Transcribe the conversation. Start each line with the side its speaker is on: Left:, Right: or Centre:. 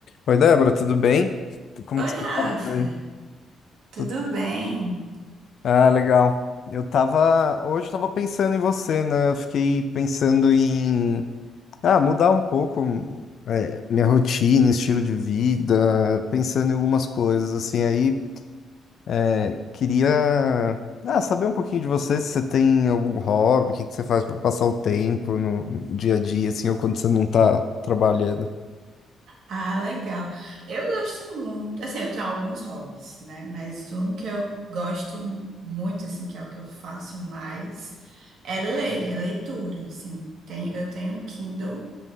Left: Oi, Débora, tudo bem? Tu- Como
Right: Oi,
Left: tu tá?
Right: Rafa,
Left: Tudo bem.
Right: tudo
Left: Tu-
Right: bem?
Left: Ah, legal. Eu tava, hoje eu tava pensando em você, né? Eu fiquei pensando em, ah, mudar um pouco é, minha rotina, estilo de vida, pensando em algumas coisas, assim, aí é, queria, ah, saber um pouquinho de você, se você tem algum hobby, o que que você faz pra passar o tempo no dia a dia, assim, ou quando você não tá trabalhando.
Right: Ah, legal. Eu gosto muito, assim, eu tenho alguns hobbies, né? Mas um que eu gosto muito, assim, que é o que eu faço mais, é ler, é leitura, assim. Tem, eu tenho um Kindle